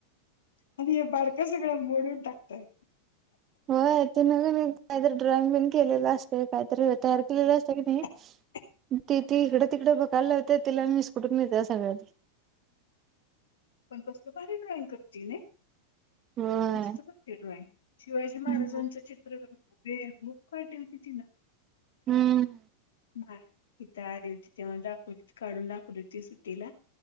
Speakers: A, on the left (about 65°); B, on the right (about 30°).
A: आणि हे बारका सगळं मोडून टाकताय
B: हो ते नवी काहीतरी ड्रॉइंग बिन केलेलं असते काहीतरी तयार केलेलं असत की नाही
A: <inaudible>
B: त ती इकडे, तिकडे बघायला लावते तिला मीस कुटुंबी सगळ्यात
A: पण कसल भारी ड्रॉइंग करतेय नाही.
B: होय.
A: मस्त करते ड्रॉइंग शिवाजी
B: हम्म
A: महाराजांचं चित्र हुबे हुब काढली होती ती ना.
B: हम्म.
A: मा हीत आली होती तेव्हा दाखव हो काढून दाखवली होती ना?